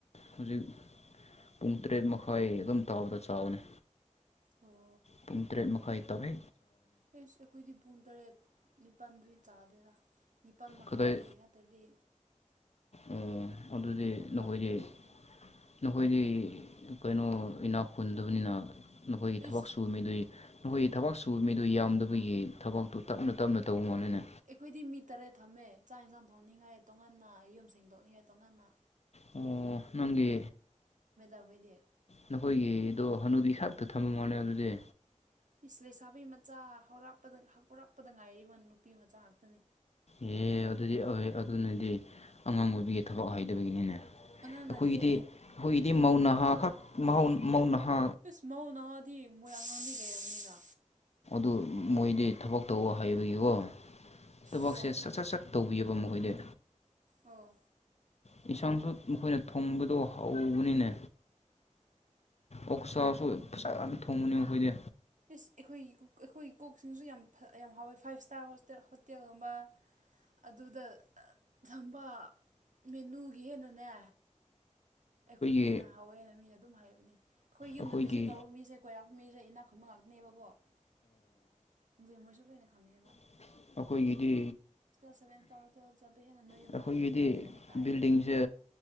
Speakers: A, on the left; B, on the right.
A: ꯍꯧꯖꯤꯛ ꯄꯨꯡ ꯇꯔꯦꯠ ꯃꯈꯥꯏ ꯑꯗꯨꯝ ꯇꯥꯕꯗ ꯆꯥꯕꯅꯤ
B: ꯑꯣ
A: ꯄꯨꯡ ꯇꯔꯦꯠ ꯃꯈꯈꯥꯏ ꯇꯔꯦ
B: ꯑꯩꯈꯣꯏꯗꯤ ꯄꯨꯡ ꯇꯔꯦꯠ ꯅꯤꯄꯥꯜꯗꯨ ꯇꯥꯗꯦꯗ ꯅꯤꯄꯥꯜ ꯃꯈꯥꯏ
A: ꯀꯗꯥꯏ
B: ꯅꯠꯇ꯭ꯔꯗꯤ
A: ꯑꯣ ꯑꯗꯨꯗꯤ
B: ꯃꯄꯥꯟ
A: ꯅꯈꯣꯏꯗꯤ
B: ꯑꯗꯨꯋꯥꯏꯗ
A: ꯑꯩꯈꯣꯏꯗꯤ ꯀꯩꯅꯣ ꯏꯅꯥꯎ ꯈꯨꯟꯗꯕꯅꯤꯅ ꯅꯈꯣꯏꯒꯤ ꯊꯕꯛ
B: ꯏꯁ
A: ꯁꯨꯕ ꯃꯤꯗꯨ ꯑꯩꯈꯣꯏꯒꯤ ꯊꯕꯛ ꯁꯨꯕ ꯃꯤꯗꯨ ꯌꯥꯝꯗꯕꯒꯤ ꯊꯕꯛꯇꯨ ꯇꯞꯅ ꯇꯞꯅ ꯇꯧꯕ ꯃꯥꯅꯤꯅꯦ
B: ꯑꯩꯈꯣꯏꯗꯤ ꯃꯤ ꯇꯔꯦꯠ ꯊꯝꯃꯦ ꯆꯥꯛ ꯏꯟꯁꯥꯡ ꯊꯣꯡꯅꯤꯡꯉꯥꯏ ꯇꯣꯉꯅ ꯌꯨꯝ ꯁꯦꯡꯗꯣꯛꯅꯤꯡꯉꯥꯏ ꯇꯣꯉꯅ
A: ꯑꯣ ꯅꯪꯒꯤ
B: ꯑꯩꯈꯣꯏꯗꯤ
A: ꯅꯈꯣꯏꯒꯤꯗꯣ ꯍꯅꯨꯕꯤ ꯈꯥꯛꯇ ꯊꯝ ꯉꯣꯅꯤ ꯑꯗꯨꯗꯤ
B: ꯏꯁ ꯂꯩꯁꯥꯕꯤꯩ ꯃꯆꯥ ꯍꯧꯔꯄꯗ ꯍꯧꯔꯛꯄꯗ ꯉꯥꯏꯃ ꯅꯨꯄꯤ ꯃꯆꯥ ꯉꯥꯛꯇꯅꯤ
A: ꯑꯦ ꯑꯗꯨꯗꯤ ꯑꯗꯨꯅꯗꯤ ꯑꯉꯥꯡ ꯑꯣꯏꯕꯤꯒꯤ ꯊꯕꯛ ꯍꯥꯏꯗꯕꯒꯤꯅꯤꯅꯦ ꯑꯩꯈꯣꯏꯒꯤꯗꯤ
B: ꯑꯉꯥꯡ ꯅꯠꯇꯦ
A: ꯑꯩꯈꯣꯏꯒꯤꯗꯤ ꯃꯧꯅꯍꯥ ꯈꯛꯧꯅꯍꯥ
B: ꯏꯁꯁ ꯃꯧ ꯅꯍꯥꯗꯤ ꯃꯣꯏ ꯑꯉꯥꯡꯗꯤ ꯂꯩꯔꯕꯝꯅꯤꯅ
A: ꯑꯗꯨ ꯃꯣꯏꯗꯤ ꯊꯕꯛ ꯇꯧꯕ ꯍꯥꯏꯕꯒꯤꯀꯣ ꯊꯕꯛꯁꯦ
B: ꯑꯣ
A: ꯁꯠ ꯁꯠ ꯁꯠ ꯇꯧꯕꯤꯌꯨ ꯑꯗꯨꯝ ꯃꯨꯍꯣꯏꯗ
B: ꯑꯣ
A: ꯌꯦꯟꯁꯥꯡꯁꯨ ꯃꯈꯣꯏꯅ ꯊꯣꯡꯕꯗꯣ ꯍꯧꯕꯅꯤꯅꯦ ꯑꯣꯁꯥꯁꯨꯥ
B: ꯑꯣ
A: ꯊꯣꯡꯕꯅꯤ ꯑꯩꯈꯣꯏꯗꯤ
B: ꯏꯁ ꯑꯩꯈꯣꯏꯒꯤ ꯑꯩꯈꯣꯏ ꯀꯣꯛꯁꯤꯡꯁꯨ ꯌꯥꯝ ꯌꯥꯝ ꯍꯥꯎꯋꯦ ꯐꯥꯏꯚ ꯏꯁꯇꯥꯔ ꯍꯣꯇꯦꯜꯒꯨꯝꯕ ꯑꯗꯨꯗ ꯊꯝꯕ ꯃꯦꯅꯨꯒꯤ ꯍꯦꯟꯅꯅꯦ ꯑꯩꯈꯣꯏꯒꯤꯅ
A: ꯑꯩꯈꯣꯏꯒꯤ
B: ꯍꯥꯎꯋꯦꯅ ꯃꯤꯅ ꯑꯗꯨꯝ ꯍꯥꯏꯕꯅꯤ ꯑꯩꯈꯣꯏ ꯌꯨꯝꯗ
A: ꯑꯩꯈꯣꯏꯒꯤ
B: ꯚꯤꯖꯤꯠ ꯇꯧꯕ ꯃꯤꯁꯦ ꯀꯣꯏꯔꯥꯛꯛꯄ ꯃꯤꯁꯦ ꯏꯅꯥꯛ ꯈꯃ ꯉꯥꯛꯇꯅꯦꯕꯀꯣꯖ ꯃꯣꯏꯁꯨ ꯂꯩꯣꯏꯅ ꯈꯪꯅꯦꯕ
A: ꯎ ꯑꯩꯈꯣꯏꯒꯤꯗꯤ
B: ꯁꯚꯦꯟ ꯏꯁꯇꯥꯔ ꯍꯣꯇꯦꯜ ꯆꯠꯄ ꯍꯦꯟꯅ ꯅꯣꯏ ꯌꯨꯝ
A: ꯑꯩꯈꯣꯏꯒꯤꯗꯤ
B: ꯂꯥꯛꯄꯅ ꯐꯩꯌꯦꯅ ꯍꯦꯛ ꯇꯥꯏꯌꯨꯅꯦ
A: ꯕꯤꯜꯗꯤꯡꯁꯦ